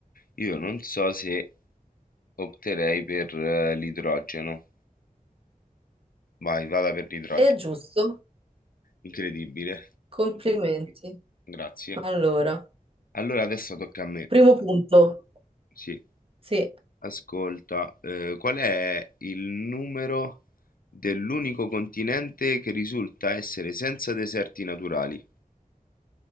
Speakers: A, on the left (about 80°); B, on the right (about 40°).
A: io non so se opterei per eh, l'idrogeno. Vai, vada per l'idrogeno.
B: È giusto?
A: Incredibile,
B: Complimenti.
A: grazie.
B: Allora,
A: Allora adesso tocca a me.
B: primo punto.
A: Sì.
B: Sì,
A: Ascolta, eh, qual è il numero dell'unico continente che risulta essere senza deserti naturali?